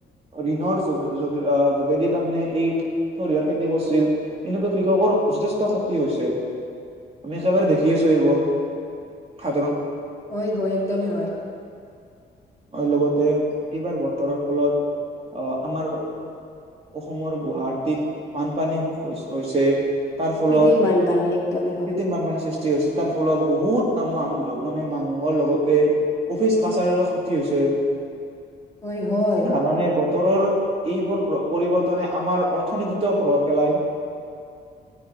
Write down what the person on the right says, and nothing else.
ঋণৰ য য যোগেদি তাৰমানে এই সৰিয়হৰ খেতি কৰিছিল এনেকুৱা কৃষক মোৰ যথেষ্ট খতি হৈছে আমি একেবাৰে দেখি আছোঁ এইবোৰ সা
আৰু লগতে এইবাৰ বতৰৰ ফলত আহ আমাৰ অসমৰ গুৱাহাটীত বানপানী হৈছে তাৰ ফলত
কৃত্ৰিম
বানপানীৰ সৃষ্ট ক্ষয়তি হৈছে তাৰ ফলত বহুতামাম মানে মানুহৰ লগতে অফিচ কাছাৰীৰো ক্ষতি হৈছে <unintelligible>
মানে বতৰৰ এইবোৰ পৰিৱৰ্তনে আমাৰ অৰ্থনীতিতো প্ৰভাৱ পেলায়। <inaudible>